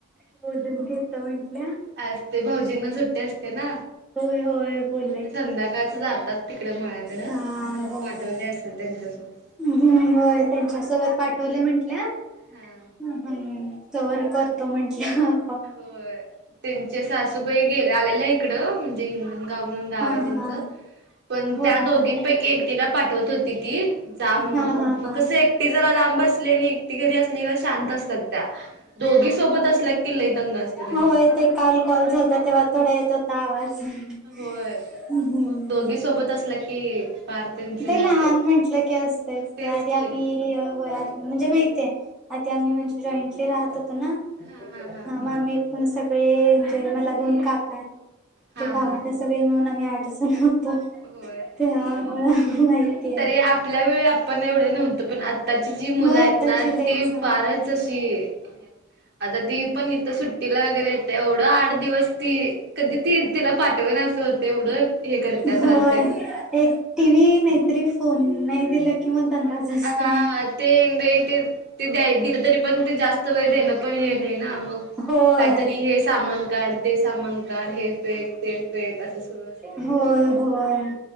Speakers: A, in the centre; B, on the right.
A: बोलून घेतो म्हंटल्या
B: असते भाऊजींना सुट्टी असते ना,
A: होय होय बोलल्या
B: मग ते संध्याकाळच
A: की.
B: जातात. तिकडं मळ्याकड म
A: हा
B: त्यांना
A: होय.
B: पाठवले असल त्यांच्यासोबत.
A: हम्म होय त्यांच्यासोबत पाठवले म्हंटल्या
B: हा
A: हम् तोवर बोलतो म्हणल्या.
B: होय त्यांच्या सासूबाई गे आलेल्या इकडं म्हणजे हिंग गाव म्हणून गाव
A: हा
B: आहे त्यांचं.
A: हा
B: पण
A: हो
B: त्या
A: हा
B: दोघींपैकी एकटीला पाठवत होती ती जा म्हणून
A: हा हा
B: मग कस एक ती जर अ लांब असली आणि एकटी घरी असली तर शांत असतात त्या दोघी सोबत असल्या की लई दंगा असतो त्यांचा.
A: हो य ते काल कॉल झालता तेव्हा थोडा येत होता आवाज. ह
B: होय
A: हम्म
B: मग दोघी सोबत असलं की, फार त्यांच हे
A: ते
B: असते
A: लहान म्हंटलं की असत ते,
B: तेच
A: आधी
B: की
A: आम्ही म्हणजे माहितय आधी आम्ही म्हणजे जॉईंटली राहत होतो ना?
B: हा हा हा
A: ह मम एकूण सगळे म्हणजे मला दोन काका आहेत
B: हा
A: ते भावन
B: हा
A: सगळी मिळून आम्ही आठ जन होतो.
B: होय
A: त्या मूळ माहिताय.
B: तरी आपल्या वेळी आपण एवढं नव्हतं पण आत्ताची जी मुलं
A: होय
B: आहेत
A: आत्ताची
B: ना
A: लईच
B: ती
A: <inaudible>
B: फारच अशी आता ती पण इथं सुट्टीला वगैरे येते एवढं आठ दिवस ती कधी ती तिला पाठवण असं होते एवढं हे करत्या
A: होय
B: त्रास देत्या
A: एक टी व्ही नाहीतरी फोन नाही दिला कि मग दंगाच. असतोय
B: हा ते ते ते द दिलं तरी पण ते जास्त वे देण पण हे नाही ना मग
A: होय
B: काहीतरी हे सामान काढ ते सामान का कार हे फेक ते फेक असं सुरू असते.
A: होय होय